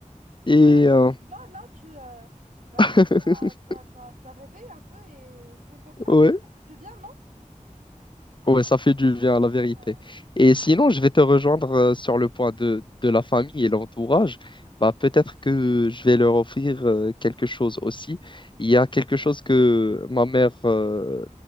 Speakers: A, on the left; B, on the right.
A: Et
B: Bah,
A: euh,
B: tu, tu vois, là, tu, euh, bah,
A: <laughs>
B: là, tu as, tu as, tu as, tu as rêvé un peu et sans contrainte,
A: ouais.
B: et ça fait du bien, non?
A: Ouais, ça fait du bien, la vérité.
B: Ouais. ouais.
A: Et sinon, je vais te rejoindre euh, sur le point de, de la famille et l'entourage. Bah, peut-être que je vais leur offrir euh, quelque chose aussi. Il y a quelque chose que ma mère euh,